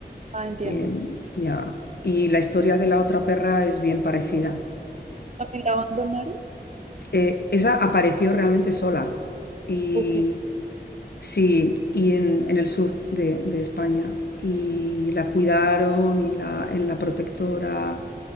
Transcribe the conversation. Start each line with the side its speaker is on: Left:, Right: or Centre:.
Right: Ah, entiendo.
Left: Y, em, ya. Y la historia de la otra perra es bien parecida.
Right: ¿También la abandonaron?
Left: Eh, esa apareció realmente sola y
Right: Ok.
Left: sí, y en, en el sur de, de España. Y la cuidaron y la, en la protectora.